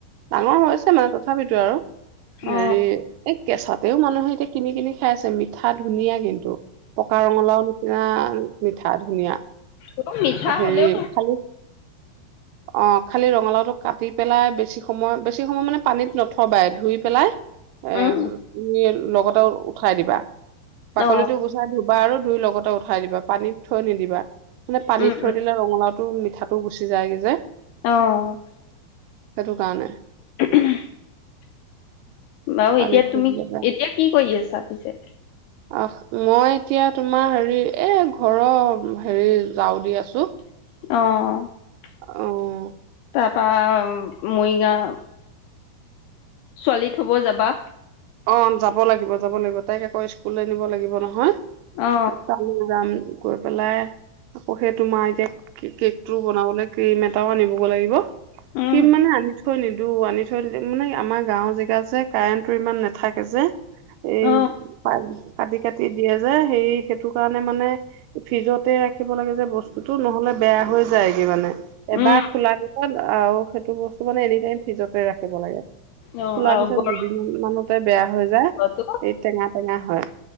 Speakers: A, on the right (about 85°); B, on the left (about 80°).
A: ডাঙৰ হৈছে মানে তথাপিতো আৰু হেৰি
B: অ
A: এই কেঁচাতেও মানুহে এতিয়া কিনি কিনি খাই চাবি মিঠা ধুনীয়া কিন্তু পকা ৰঙালাও নিচিনা মিঠা ধুনীয়া
B: অ মিঠা
A: হেৰি
B: হলেও
A: খালি অ' খালি ৰঙালাওটো কাটি পেলাই বেছি সময় বেছি সময় মানে পানীত ন থবাই ধুই পেলাই এ
B: উম,
A: তুমি লগতে উঠাই দিবা বাকলিটো
B: অ,
A: গুচাই ধুবা আৰু ধুই লগতে উঠাই দিবা পানীত থৈ নিদিবা। মানে পানী
B: উম,
A: থৈ
B: উম,
A: দিলে ৰঙালাওটো টো মিঠাটো গুচি যায় গে যে
B: অ'।
A: সেইটো কাৰণে।
B: <inaudible> বাও
A: পানীত
B: এতিয়া
A: থৈ
B: তুমি
A: দিলে বেয়া।
B: এতিয়া কি কৰি আছা পিছে?
A: আহ মই এতিয়া তোমাৰ হেৰি এ ঘৰৰ হেৰি যাওঁ দি আছো।
B: অ'।
A: অ'।
B: তাৰপা মৰিগাঁও ছোৱালী থ'ব যাবা
A: অ যাব লাগিব যাব লাগিব তাইক আকৌ স্কুললৈ নিব লাগিব নহয়
B: অ,
A: তালে যাম গৈ পেলাই আকৌ সেই তোমাৰ এতিয়া কি কেক টো বনাবলে ক্ৰীম এটাও আনিবগৈ লাগিব
B: উম,
A: ক্ৰীম মানে আনি থৈ নিদো আনি থৈ টিলে মানে আমাৰ গাঁৱৰ জেগা যে কাৰেণ্ট টো ইমান নে থাকে যে এই
B: অ,
A: পাই কাটি কাটি দিয়ে যে সেই সেইটো কাৰণে মানে ফ্ৰিজতে ৰাখিব লাগে যে বস্তুতটো নহ'লে বেয়া হৈ যায়গে মানে এবাৰ
B: উম,
A: খোলা পিছত আৰু সেইটো বস্তু ত মানে এনি টাইম ফ্ৰিজতে ৰাখিব লাগে
B: অ,
A: খোলাৰ
B: আৰু
A: পিছত
B: গৰম
A: দুদিন মানৰ বেয়া হৈ যায়
B: বতৰটো
A: এই টেঙা টেঙা হয়